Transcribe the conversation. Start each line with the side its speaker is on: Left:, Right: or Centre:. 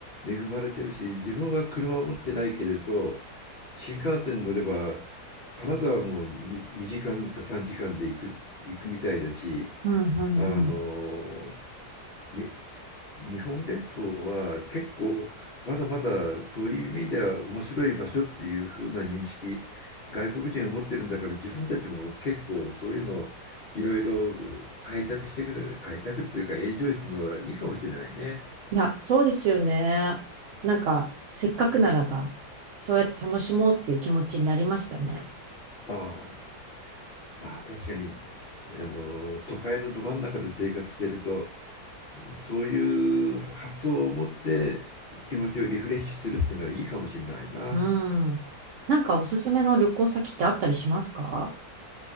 Left: 恵まれてるし、自分は車を持ってないけれど、新幹線乗れば、金沢はも 2, 時間か3時間で行く、行くみたいだし、
Right: うんうんうん。
Left: あの、ね日本列島は結構まだまだそういう意味では面白い場所っていう風な認識外国人が持ってるんだから自分たちも結構そういうのをいろいろ開拓してくる開拓っていうかエンジョイするのはいいかもしれないね。
Right: いや、そうですよね。なんか、せっかくならば、そうやって楽しもうっていう気持ちになりましたね。
Left: ああまあ確かにあの都会のど真ん中で生活してるとそういう発想を持って気持ちをリフレッシュするっていうのはいいかもしれないな。
Right: うん。なんかおすすめの旅行先ってあったりしますか